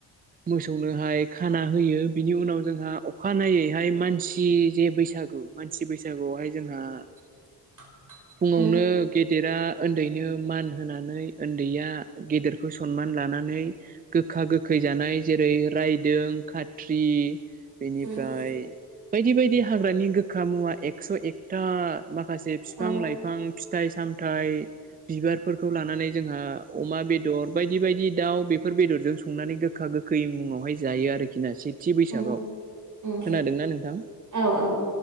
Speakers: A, on the right (about 25°); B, on the right (about 45°).
A: मोसौनोहाय खाना होयो बिनि उनाव जोंहा अखानायनायैहाय मानसि जे बैसागु औ मानसि बैसागुआवहाय जोंहा
B: <inaudible>
A: फुङावनो
B: उम
A: गेट गेदेरा उन्दैनो मान होनानै उन्दैया गेदेरखौ सनमान लानानै नै गोखा गोखै जानाय जेरै रायदों खात्रि बेनिफ्राय
B: उम
A: बायदि बायदि हाग्रानि गोखा मुवा एकस एकथा माखासे माखासे फिफां
B: औ
A: लाइफां फिथाइ सामथाइ बिबारफोरखौ लानानै जोंहा अमा बेदर बायदि बायदि दाउ बेफोर बेदरजों संनानै गोखा गोखै मुङावहाय जायो आरोखि ना सिद थि बैसागआव
B: उम उम
A: खोनादोंना नोंथां?
B: औ औ